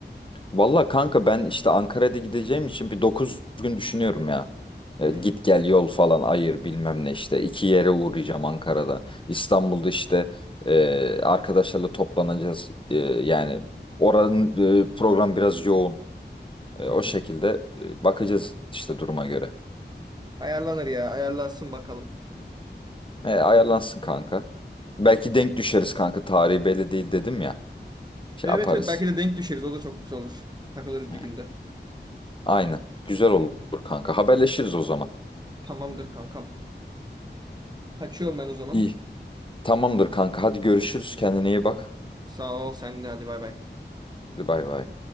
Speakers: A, on the left; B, on the right.
A: Valla kanka ben işte Ankara'da gideceğim için bir 9 gün düşünüyorum ya.
B: Hmm.
A: E, git gel yol falan ayır bilmem ne işte. İki yere uğrayacağım Ankara'da. İstanbul'da işte e, arkadaşlarla toplanacağız. E, yani oranın e, program biraz yoğun. E,
B: Hmm.
A: o şekilde e, bakacağız işte duruma göre.
B: Ayarlanır ya ayarlansın bakalım.
A: E, ayarlansın kanka. Belki denk düşeriz kanka. Tarihi belli değil dedim ya. Şey
B: Evet
A: yaparız.
B: evet belki de denk düşeriz o da çok güzel olur. Takılırız
A: He.
B: bir günde.
A: Aynen. Güzel olur kanka. Haberleşiriz o zaman.
B: Tamamdır kankam. Kaçıyorum ben o zaman.
A: İyi. Tamamdır kanka. Hadi görüşürüz. Kendine iyi bak.
B: Sağ ol sen de hadi bay bay.
A: Hadi bay bay.